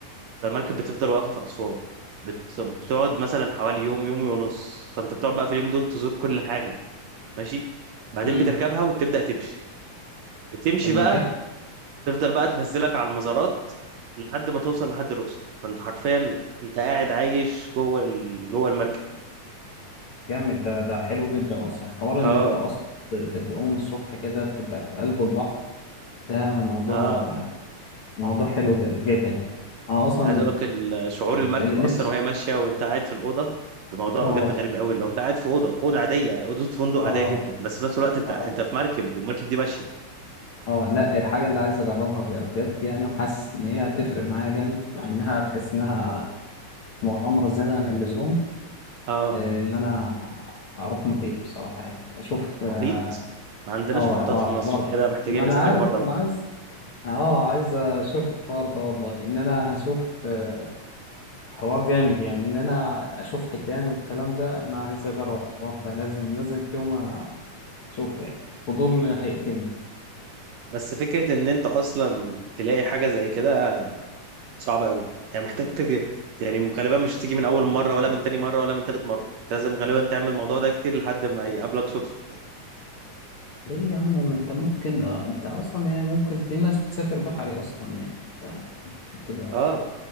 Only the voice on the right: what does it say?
فالمركب بتفضل واقفه في اسوان بت- بتقعد مثلا حوالي يوم يوم ونص فانت بتقعد بقى في اليوم دول تزور كل حاجه ماشي بعدين
بتركبها وتبدا تمشي بتمشي
بقى
تفضل بقى تنزلك على المزارات لحد ما توصل لحد الاقصر فانت حرفيا انت قاعد عايش جوه ال... جوه المركب
اه
اه
عايز اقول لك ال- شعور
المركب اصلا
وهي ماشيه وانت قاعد في الاوضه الموضوع
بجد غريب قوي لو انت قاعد في اوضه اوضه عاديه اوضه فندق عاديه
جدا بس في نفس الوقت انت
انت في مركب والمركب دي ماشيه
اه
محيط
ما عندناش
محيطات
في مصر
كده محتاجين
نسافر
بره بقى
بس فكرة ان انت اصلا تلاقي حاجة زي كده صعبة قوي يعني محتاج تجي يعني غالبا مش هتيجي من اول مرة ولا من تاني مرة ولا من تالت مرة انت لازم غالبا تعمل الموضوع ده كتير لحد ما يقابلك صدفة
اه